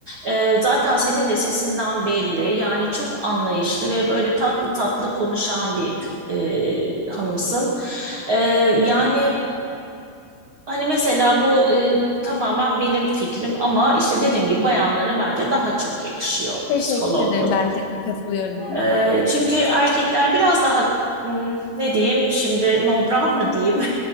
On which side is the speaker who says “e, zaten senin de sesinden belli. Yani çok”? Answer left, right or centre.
Right